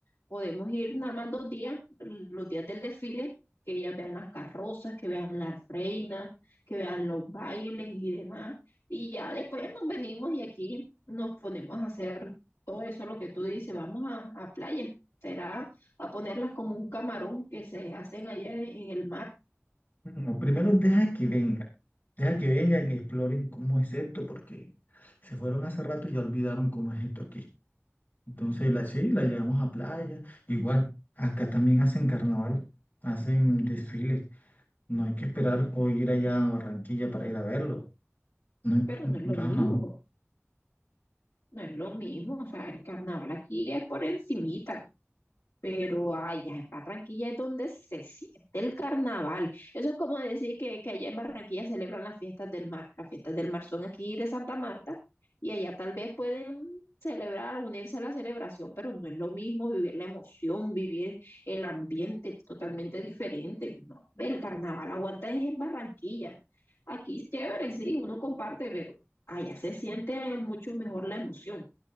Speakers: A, on the left; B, on the left.
A: podemos ir nada más dos días, los días del desfile, que ellas vean las carrozas, que vean las reinas, que vean los bailes y demás. Y ya después nos venimos y aquí nos ponemos a hacer todo eso, lo que tú dices, vamos a, a playa. Será a ponerlas como un camarón que se hacen allá en el mar,
B: No, primero deja que vengan. Deja que vengan y exploren cómo es esto, porque se fueron hace rato y ya olvidaron cómo es esto aquí. Entonces, la, sí, la llevamos a playa. Igual, acá también hacen carnaval, hacen desfiles. No hay que esperar o ir allá a Barranquilla para ir a verlo. No, en-
A: pero no es lo mismo,
B: ajá.
A: no es lo mismo. O sea, el carnaval aquí es por encimita. Pero allá en Barranquilla es donde se siente el carnaval. Eso es como decir que, que allá en Barranquilla celebran las fiestas del mar. Las fiestas del mar son aquí de Santa Marta y allá tal vez pueden celebrar, unirse a la celebración, pero no es lo mismo vivir la emoción, vivir el ambiente es totalmente diferente. No, ve, el carnaval aguanta es en Barranquilla. Aquí es chévere, sí, uno comparte, pero allá se siente mucho mejor la emoción.